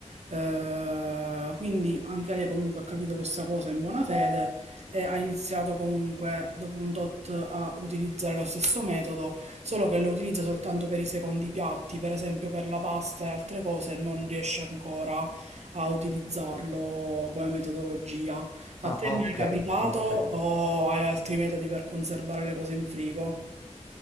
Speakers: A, on the right; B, on the left.
A: Eh, quindi anche lei comunque ha capito questa cosa in buona fede e ha iniziato comunque dopo un tot a utilizzare lo stesso metodo, solo che lo utilizza soltanto per i secondi piatti, per esempio per la pasta e altre cose, non riesce ancora a utilizzarlo come metodologia. A
B: Ah,
A: te mi
B: ok,
A: è capitato
B: ok.
A: o hai altri metodi per conservare le cose in frigo?